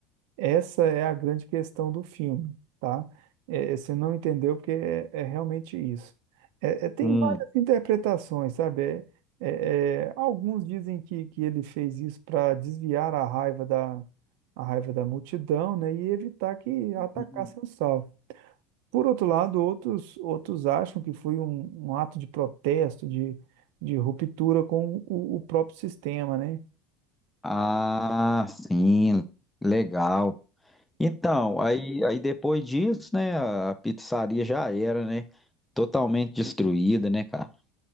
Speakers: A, on the right; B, in the centre.
A: Essa é a grande questão do filme, tá? É, é, você não entendeu porque é, é realmente isso. É, é, tem
B: Hum.
A: várias interpretações, sabe? É, é, é, alguns dizem que, que ele fez isso para desviar a raiva da, a raiva da multidão, né? E evitar que atacassem
B: Hum.
A: o Saul. Por outro lado, outros, outros acham que foi um, um ato de protesto, de, de ruptura com o, o próprio sistema, né?
B: Ah, sim, legal. Então, aí, aí depois disso, né, a pizzaria já era, né, totalmente destruída, né, cara?